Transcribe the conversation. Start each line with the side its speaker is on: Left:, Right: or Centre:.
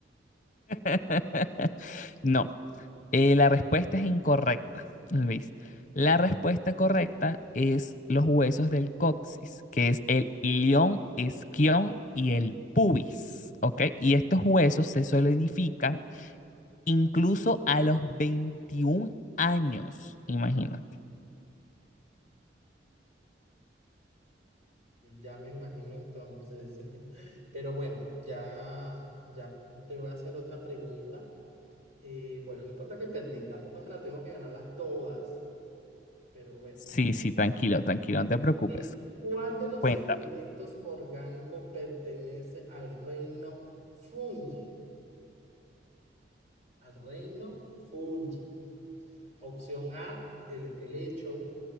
Left: <laughs> No, eh, la respuesta es incorrecta, Luis. La respuesta correcta es los huesos del coxis, que es el ilión, esquión y el pubis, ¿ok? Y estos huesos se solidifican incluso a los 21 años, imagínate.
Right: Ya me imagino entonces. <laughs> Pero bueno, ya, ya te voy a hacer otra pregunta. Eh, bueno, no importa que perdí, tampoco es que la tengo que ganarlas todas, pero bueno.
Left: Sí, sí, tranquilo, tranquilo, no te preocupes.
Right: Mira, ¿cuál de los
Left: Cuéntame.
Right: segmentos orgánicos pertenece al reino fungi? Al reino fungi. Opción A, el helecho.